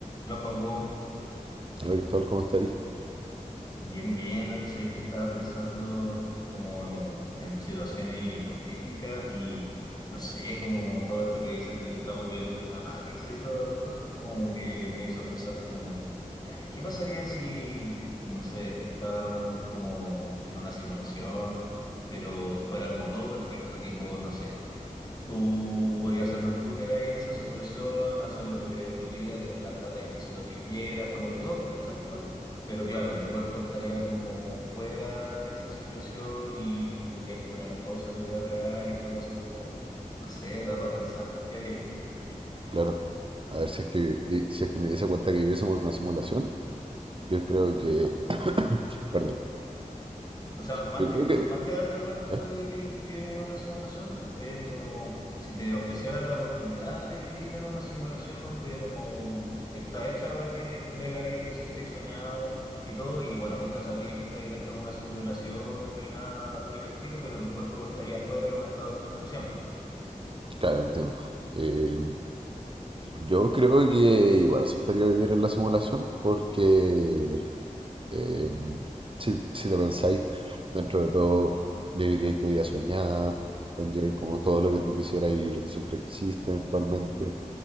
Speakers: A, on the left; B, on the right.
A: Hola Joaco,
B: Hola Cristóbal, ¿cómo está ahí?
A: bien, bien. Oye, sabéis que estaba pensando como en situaciones hipotéticas y no sé, como todo esto que dicen de que estamos viviendo en una Matrix y esas cosas, como que me hizo pensar como, ya, ¿y qué pasaría si, no sé, estábamos como en una simulación, pero fuera como todo perfecto, tipo, no sé. Tú podías hacer lo que tú queráis en esa simulación, hacer lo que queráis de tu vida, tener la plata y el éxito que quieras, como que todo es perfecto, pero claro, tu cuerpo estaría como fuera de esa simulación y tendrías que poner en pausa tu vida real y todo eso, como, no sé, da para pensar. ¿Qué harías tú?
B: Claro, a ver si es que vi- si es que me diese cuenta que viviésemos en una simulación, yo creo que, perdón,
A: O sea, más
B: yo
A: que,
B: creo que,
A: más que darte cuenta
B: ya,
A: de que vives en una simulación, es como si te ofrecieran la oportunidad de vivir en una simulación donde como está hecha para que tengáis la vida que siempre he soñado y todo, y bueno, nunca sabríais que estáis dentro de una simulación ni nada por el estilo, pero tu cuerpo estaría afuera en un estado de suspensión.
B: claro, entiendo. Eh, yo creo que igual aceptaría vivir en la simulación porque eh, si, si lo pensáis, dentro de todo viviríais tu vida soñada, tendríais como todo lo que tú quisieras y lo que siempre quisiste eventualmente,